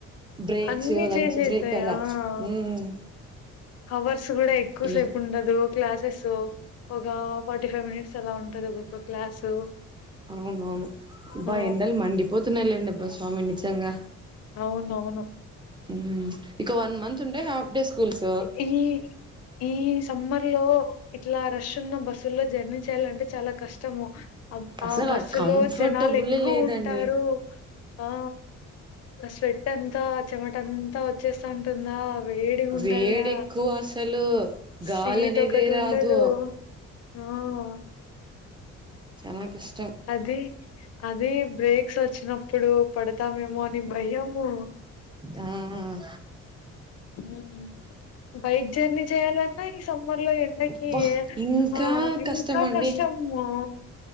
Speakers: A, on the right; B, on the left.
A: బ్రేక్స్
B: అన్నీ
A: లంచ్
B: చేంజ్ అయితయి
A: బ్రేక్ అలా
B: ఆ ఆ
A: ఉమ్
B: హవర్స్ గూడా ఎక్కు
A: ఏ
B: సేపు ఉండదు క్లాసెసు ఒక ఫార్టీ ఫైవ్ మినిట్స్ అలా ఉంటది ఒకోక క్లాసు
A: అవునవును
B: ఆ
A: బా ఎండలు మండిపోతున్నాలేండబ్బ స్వామి నిజంగా
B: అవునవును
A: ఊమ్ ఇక వన్ మంత్ ఉంటే హాఫ్ డే స్కూల్స్ అబ్బా
B: హి ఈ ఈ సమ్మర్ లో ఇట్లా రష్ ఉన్న బస్సుల్లో జర్నీ చేయాలంటే చాలా కష్టము అబ్
A: అసలు
B: ఆ బస్సు
A: కంఫర్టబులే
B: లో జనాలు ఎక్కు
A: లేదండి
B: వుంటారు ఆ స్వెట్ అంతా చెమట అంతా వచ్చేస్త ఉంటుందా. వేడి ఉంటదా
A: వేడి ఎక్కువ అసలు గాలి
B: సీట్
A: అనేదే
B: ఒకటుండదు
A: రాదు
B: ఆ ఆ <unintelligible>
A: చానా కస్
B: అది అది బ్రేక్స్ ఒచ్ నప్పుడు పడతామేమో అని భయము
A: ఆ ఆ
B: హుమ్ బైక్ జేర్నీ చేయాలన్నా ఈ సం మర్ <unintelligible> ల ఎండకి
A: అబ్బా ఇంకా
B: ఆ ఇంకా
A: కష్టం అండి
B: కష్టం మా